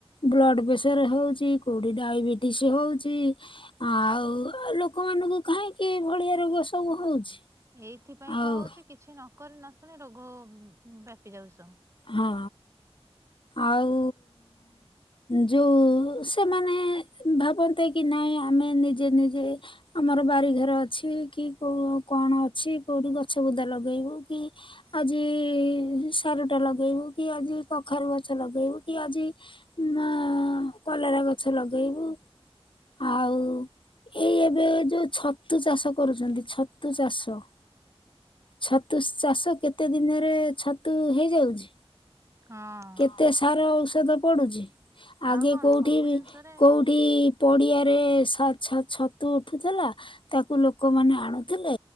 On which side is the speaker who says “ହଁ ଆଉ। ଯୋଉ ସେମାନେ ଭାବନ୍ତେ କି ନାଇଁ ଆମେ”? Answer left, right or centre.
Left